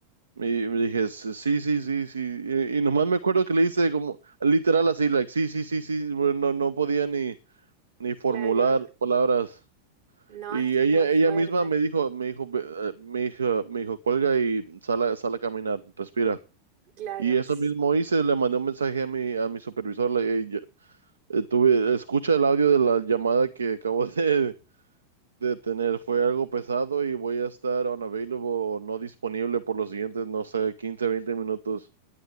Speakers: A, on the right; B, on the right.
A: y me dije, "S- sí, sí, sí, sí. Y, y nomás me acuerdo que le hice como, literal así, like, sí, sí, sí, sí. Bueno, no, no podía ni, ni formular
B: claro.
A: palabras.
B: No,
A: Y
B: es que
A: ella,
B: es muy fuerte.
A: ella misma me dijo, me dijo, "Ve- eh", me dijo, me dijo, cuelga y sal a, sal a caminar, respira.
B: Claro.
A: Y eso
B: s-
A: mismo hice, le mandé un mensaje a mi, a mi supervisor, le, eh, yo- eh, tuve, escucha el audio de la llamada que acabo <laughs> de, de tener, fue algo pesado y voy a estar unavailable o no disponible por los siguientes, no sé, 15 20 minutos.